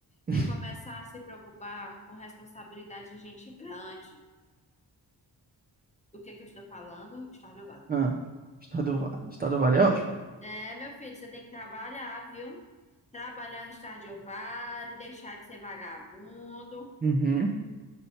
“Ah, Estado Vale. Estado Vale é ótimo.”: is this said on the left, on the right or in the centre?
Right